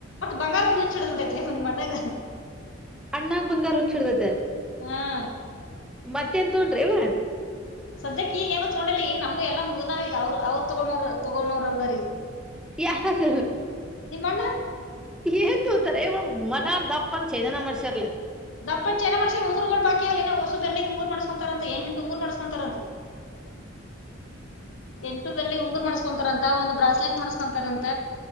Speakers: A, on the left; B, in the centre.
A: ಬಂಗಾರದೊಂದು ಹುಚ್ ಹಿಡದ್ ಬಿಟ್ಟಾತ್ಲೆ ನಿಮ್ಮ್ ಅಣ್ಣಗ
B: ಅಣ್ಣಾಗ ಬಂಗಾರ ಹುಚ್ಚಿಡದೈತ
A: ಹಾಂ
B: ಮತ್ತೆನ್ ತೊಂಡ್ರಿವ
A: ಸದ್ಯಕ್ಕೆ ಈಗ ಏನು ತಗೊಂಡಿಲ್ಲ ಈಗ ನಮವ್ ಎಲ್ಲಾ ಮುಗದಾವ ಅವರು ಅವ್ರ ತೊಗೋ ತೊಗೋಣರದರ ಈಗ
B: ಯಾರ್
A: ನಿಮ್ಮ ಅಣ್ಣ
B: ಏನ್ ವ ಮನಾರ್ ದಪ್ಪನ್ ಚೈನಾನಾ ಮಾಡ್ಸಯರಲ
A: ದಪ್ಪನ ಚೈನಾ ಮಾಡಿಸಿದ್ರ ಉಂಗರುಗಳು ಬಾಕಿ ಆವಾ ಅಲ್ಲ ಇನ ಓಸು ದಂಡಿಗೆ ಉಂಗುರು ಮಾಡ್ಸ್ಕೊಂತಾರ ಅಂತ ಎಣ ಎಂಟು ಉಂಗುರ್ ಮಾಡ್ಸಸ್ಕೊಂತಾರಂತ ಎಂಟು ಬೆರಳಿಗೆ ಉಂಗುರ್ ಮಾಡಸ್ಕೊಂತಾರಂತ ಒಂದು ಬ್ರಾಸ್ಲೆಟ್ ಮಾಡ್ಸ್ಕೊಂತಾರಂತ